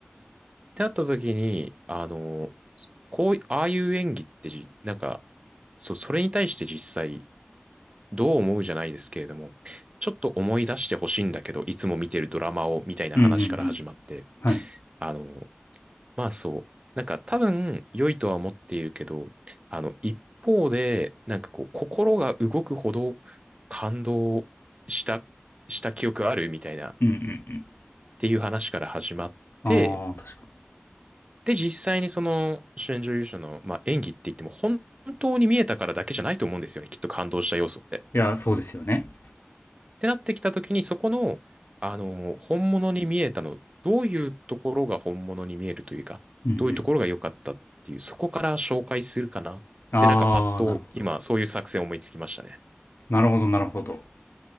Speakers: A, on the right (about 30°); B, on the left (about 70°).
A: ってなった時に、あの、こうい、ああいう演技ってじ、なんか、そう、それに対して実際、どう思うじゃないですけれども、ちょっと思い出してほしいんだけど、いつも見てるドラマを、みたいな話から始まって、
B: うんうんうん。はい。
A: あの、まあそう、なんか多分良いとは思っているけど、あの、一方で、なんかこう、心が動くほど感動した、した記憶あるみたいな、っ
B: うんうん
A: ていう話から始まって、
B: うん。ああ、確かに。
A: で、実際にその主演女優賞の、まあ、演技って言っても、本当に見えたからだけじゃないと思うんですよね、きっと感動した要素って。
B: いや、そうですよね。
A: てなってきたときに、そこの、あの、本物に見えたの、どういうところが本物に見えるというか、
B: うんうん。
A: どういうところが良かったっていう、そこから紹介するかなって、
B: ああ、
A: なんかパッと今、
B: なるほど。
A: そういう作戦思いつきましたね。
B: なるほど、なるほど。